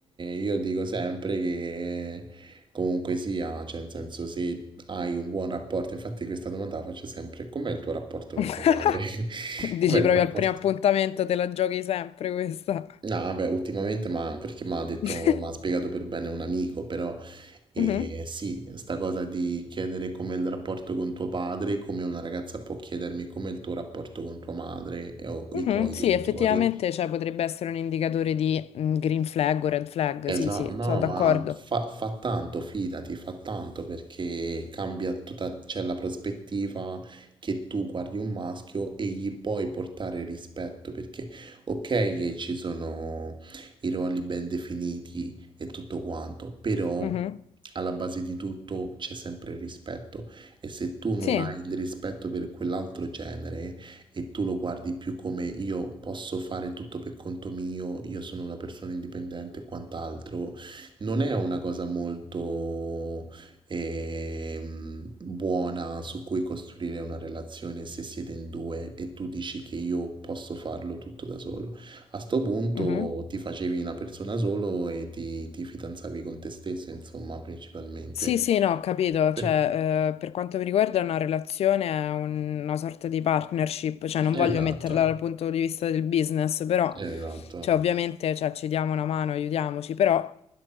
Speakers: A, on the right; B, on the left.
A: io dico sempre che comunque sia, cioè nel senso se hai un buon rapporto, infatti questa domanda la faccio sempre, com'è il tuo rapporto
B: <laughs>
A: con tuo padre? <laughs>
B: Dici
A: Com'è il
B: proprio
A: Mm. rapporto?
B: al primo appuntamento te la giochi sempre questa.
A: No, vabbè, ultimamente, ma perché mi ha detto,
B: <laughs>
A: mi ha spiegato per bene un amico, però eh,
B: Mhm,
A: sì, sta cosa di chiedere com'è il rapporto con tuo padre, come una ragazza può chiedermi com'è il tuo rapporto con tua madre e- o
B: mhm,
A: i tuoi genitori.
B: Sì, effettivamente, cioè, potrebbe essere un indicatore di mm, green flag o red flag.
A: Esatto,
B: Sì, sì,
A: no,
B: sono d'accordo.
A: ma fa, fa tanto, fidati, fa tanto perché cambia tutta, c'è la prospettiva che tu guardi un maschio e gli puoi portare rispetto, perché ok che ci sono i ruoli ben definiti e tutto quanto, però
B: Mhm,
A: alla base di tutto c'è sempre il rispetto e se tu non
B: Sì.
A: hai il rispetto per quell'altro genere, e tu lo guardi più come io posso fare tutto per conto mio, io sono una persona indipendente e quant'altro, non è una cosa molto ehm, buona su cui costruire una relazione se siete in due e tu dici che io posso farlo tutto da solo. A sto punto
B: mhm.
A: ti facevi una persona solo e ti, ti fidanzavi con te stesso, insomma, principalmente.
B: Sì, sì, no, ho capito,
A: Per-
B: cioè, eh, per quanto mi riguarda una relazione è un- una sorta di partnership, cioè non voglio
A: Esatto,
B: metterla dal punto di vista del business, però,
A: esatto.
B: cioè, ovviamente, cioè, ci diamo una mano, aiutiamoci, però,